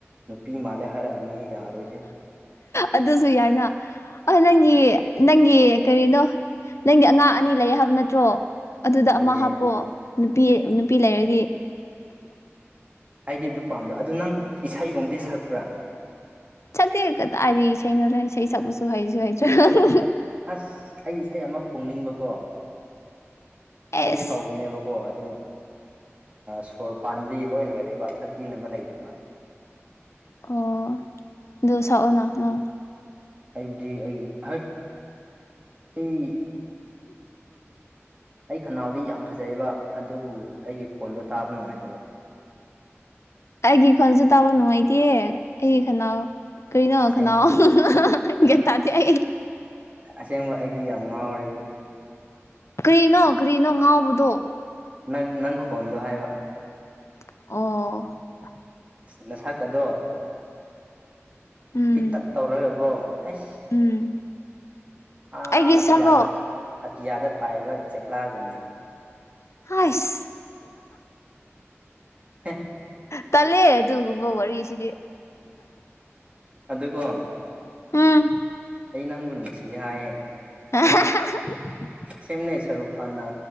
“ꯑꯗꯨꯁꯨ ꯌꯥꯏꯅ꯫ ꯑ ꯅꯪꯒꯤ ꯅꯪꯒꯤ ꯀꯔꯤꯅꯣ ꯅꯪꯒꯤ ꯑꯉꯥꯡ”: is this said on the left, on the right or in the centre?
Left